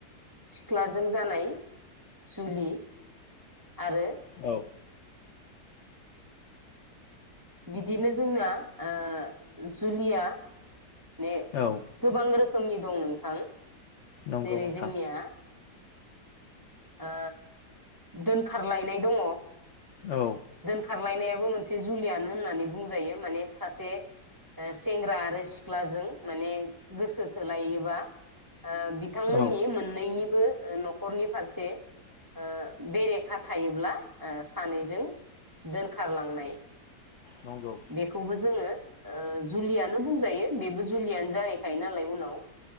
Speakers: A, on the right; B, on the left.
A: सिख्लाजों जानाय जुलि आरो
B: औ
A: बिदिनो जोंना ओ जुलिया ने
B: औ
A: गोबां रोखोमनि दं नों थां
B: नंगौ
A: जेरै
B: नोंथां
A: जोंनिया ओ दोनखारलायनाय दङ
B: औ
A: दोनखारलायनायाबो जुलियानो होननानै बुंजायो माने सासे ओ सेंग्रा आरो सिख्लाजों माने गोसो थोलायोबा ओ बिथांमोननि
B: औ
A: मोननैनि बो ओ नखरनि फारसे ओ बेरेखा थायोब्ला ओ सानैजों दान खारलांनाय
B: नंगौ
A: बेखौबो जोङो ओ जुलियानो बुंजायो बेबो जुलियानो जाहैखायो नालाय उनाव